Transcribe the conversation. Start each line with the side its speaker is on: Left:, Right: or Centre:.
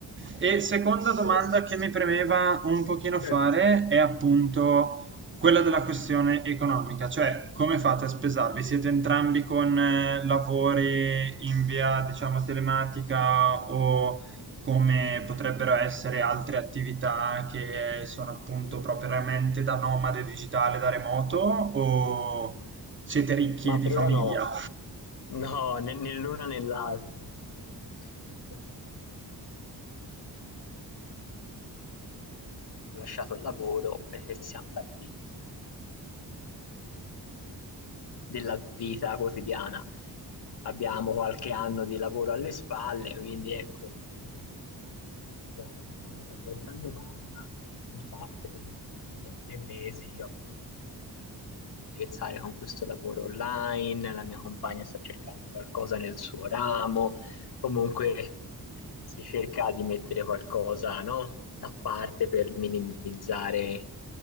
Right: E seconda domanda
Left: Dovresti sostituirli.
Right: che mi premeva un pochino
Left: Certo.
Right: fare è appunto quella della questione economica, cioè come fate a spesarvi? Siete entrambi con eh, lavori in via, diciamo, telematica o come potrebbero essere altre attività che sono appunto propriamente da nomade digitale, da remoto o siete ricchi
Left: Ma
Right: di
Left: per
Right: famiglia?
Left: ora no. No, né né l'una né l'altra purtroppo. E nel frattempo ho lasciato il lavoro e siam partiti proprio perché della vita quotidiana. Abbiamo qualche anno di lavoro alle spalle, quindi ecco, mm, diciamo che abbiamo di fame dall'oggi al domani, ma già che comunque siamo qui da tre mesi, io appunto mi sto cercando di Scherzare con questo lavoro online, la mia compagna sta cercando qualcosa nel suo ramo, comunque si cerca di mettere qualcosa, no? da parte per minimizzare